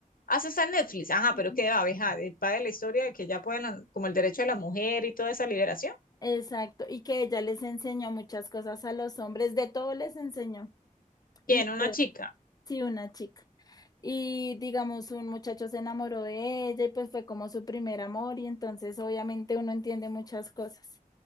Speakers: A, on the left; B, on the left.
A: Ah, esa está en Netflix. Ajá,
B: Sí,
A: pero
B: sí.
A: qué va, abeja, de- va de la historia de que ya pueden, la- como el derecho de la mujer y toda esa liberación.
B: Exacto, y que ella les enseñó muchas cosas a los hombres, de todo les enseñó. Y
A: ¿Quién? Una
B: fue,
A: chica.
B: sí, una chica. Y digamos, un muchacho se enamoró de ella y pues fue como su primer amor y entonces obviamente uno entiende muchas cosas.